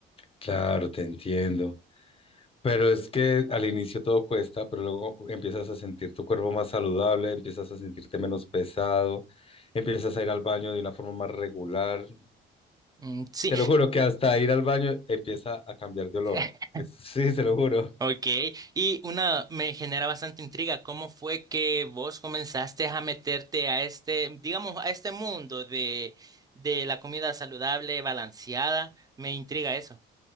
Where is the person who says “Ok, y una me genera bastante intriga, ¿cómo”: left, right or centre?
Right